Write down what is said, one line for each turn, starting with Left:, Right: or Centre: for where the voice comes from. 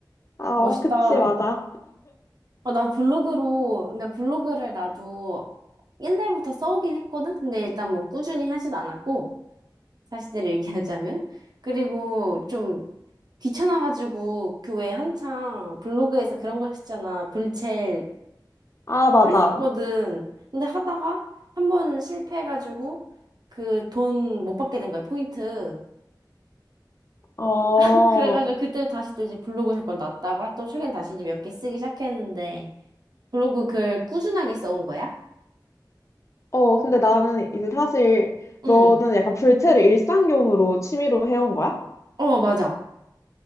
Left: 아,
Right: 멋있다.
Left: 그치,
Right: 어,
Left: 맞아.
Right: 어, 나 블로그로, 그러니까 블로그를 나도 옛날부터 써오긴 했거든? 근데 일단 뭐 꾸준히 하진 않았고, 사실대로 얘기하자면. 그리고 좀 귀찮아가지고 교회 한창 블로그에서 그런 거 했잖아. 불첼
Left: 아,
Right: 그거
Left: 맞아.
Right: 했었거든. 근데 하다가 한 번 실패해가지고 그 돈 못 받게 된 거야, 포인트.
Left: 어,
Right: <laughs> 그래가지고 그때 다시 또 이제 블로그 잠깐 놨다가 또 최근에 다시 이제 몇 개 쓰기 시작했는데 블로그 글 꾸준하게 써온 거야?
Left: 어, 근데 나는 이제 사실
Right: 응.
Left: 너는 약간 불체를 일상용으로 취미로 해온 거야?
Right: 어, 맞아.